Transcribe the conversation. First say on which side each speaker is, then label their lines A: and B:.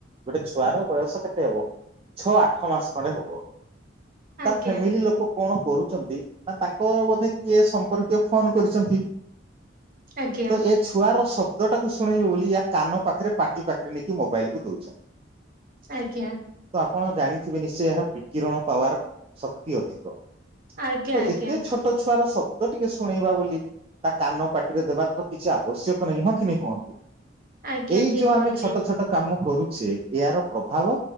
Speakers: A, on the right; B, on the right.
A: ଗୋଟେ ଛୁଆର ବୟସ କେତେ ହବ ଛଅ ଆଠ ମାସ ଖଣ୍ଡେ ହବ।
B: ଆଜ୍ଞା
A: ତା ଫ୍ୟାମିଲି ଲୋକ କଣ କରୁଛି ନା ତାଙ୍କ ବୋଧେ କିଏ ସମ୍ପର୍କୀୟ ଫୋନ କରିଛନ୍ତି
B: ଆଜ୍ଞା
A: ତ ଏ ଛୁଆର ଶବ୍ଦ ଟାକୁ ଶୁଣେଇବୁ ବୋଲି ୟା କାନ ପାଖରେ ପାଟି ପାଖରେ ନେଇକି ମୋବାଇଲ କୁ ଦଉଛନ୍ତି।
B: ଆଜ୍ଞା
A: ତ ଆପଣ ଜାଣି ଥିବେ ନିଶ୍ଚୟ ଏହା ବିକିରଣ ପାୱାର ଶକ୍ତି ଅଧିକ
B: ଆଜ୍ଞା
A: ତ
B: ଆଜ୍ଞା
A: ଏତେ ଛୋଟ ଛୁଆର ସ ତ ଟିକେ ଶୁଣେଇବା ବୋଲି ତା କାନ ପାଟିରେ ଦେବା କଥ କିଛି ଆବଶ୍ୟକ ନାହିଁ। ହଁ କି ନାଇ କୁହନ୍ତୁ?
B: ଆଜ୍ଞା
A: ଏଇ
B: ଠିକ
A: ଯୋଉ ଆମେ
B: କହିଲେ
A: ଛୋଟ ଛୋଟ କାମ କରୁଛେ ଏହାର ପ୍ରଭାବ